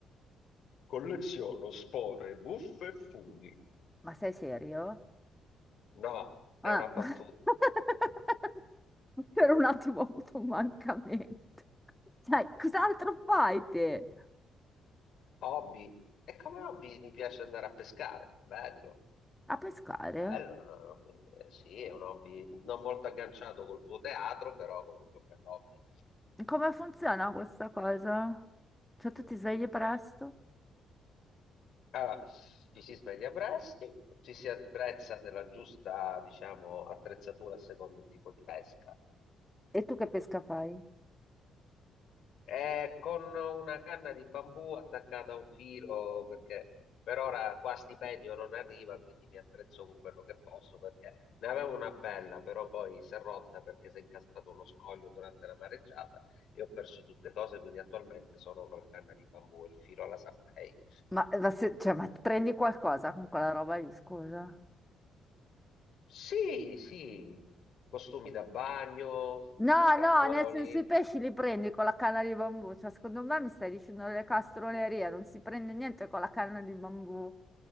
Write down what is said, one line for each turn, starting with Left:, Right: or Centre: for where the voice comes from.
Left: Colleziono spore, buffe e funghi.
Centre: Ma sei serio?
Left: No, è
Centre: Ah.
Left: una battuta.
Centre: <laughs> Per un attimo ho avuto un mancamento. Sai, cos'altro fai te?
Left: Hobby. E come hobby mi piace andare a pescare. Bello.
Centre: A pescare?
Left: Bello, è un hobby. eh, Sì, è un hobby non molto agganciato col tuo teatro, però comunque è un bel hobby.
Centre: Come funziona questa cosa? Cioè, tu ti svegli presto?
Left: Allora, ci si sveglia presto, ci si attrezza della giusta, diciamo, attrezzatura a secondo il tipo di pesca.
Centre: E tu che pesca fai?
Left: Eh, con una canna di bambù attaccata a un filo, perché per ora qua stipendio non arriva, quindi mi attrezzo con quello che posso, perché ne avevo una bella, però poi si è rotta perché si è incastrato uno scoglio durante la mareggiata e ho perso tutte cose, quindi attualmente sono con la canna di bambù e il filo alla Sanpei.
Centre: Ma, ma se- cioè, ma prendi qualcosa con quella roba lì, scusa?
Left: Sì, sì, costumi da bagno,
Centre: No,
Left: scarponi.
Centre: no, nel senso i pesci li prendi con la canna di bambù. Cioè, secondo me mi stai dicendo le castronerie, non si prende niente con la canna di bambù.